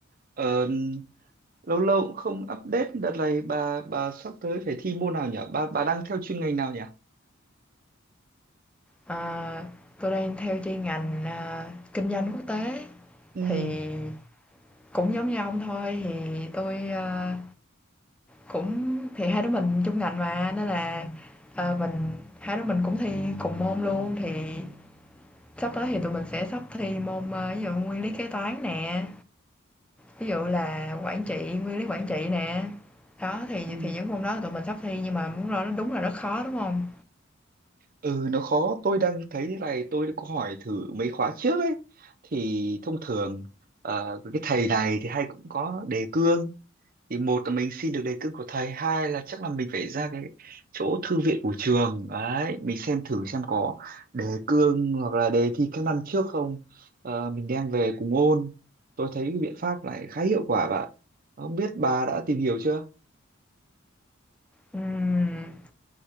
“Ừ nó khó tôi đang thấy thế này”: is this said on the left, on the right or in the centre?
Right